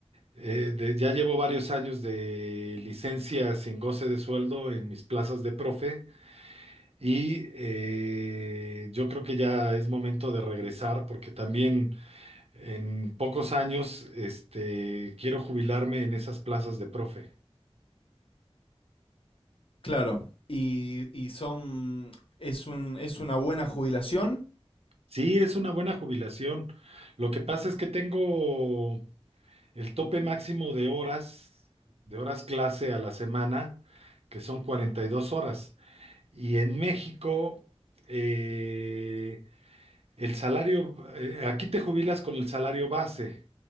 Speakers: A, on the right (about 70°); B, on the left (about 55°).
A: eh, de- ya llevo varios años de licencia sin goce de sueldo en mis plazas de profe y eh, yo creo que ya es momento de regresar porque también en pocos años este, quiero jubilarme en esas plazas de profe.
B: Claro. Y, y son, es un, es una buena jubilación.
A: Sí, es una buena jubilación. Lo que pasa es que tengo El tope máximo de horas, de horas clase a la semana, que son 42 horas. Y en México, eh, el salario, eh, aquí te jubilas con el salario base.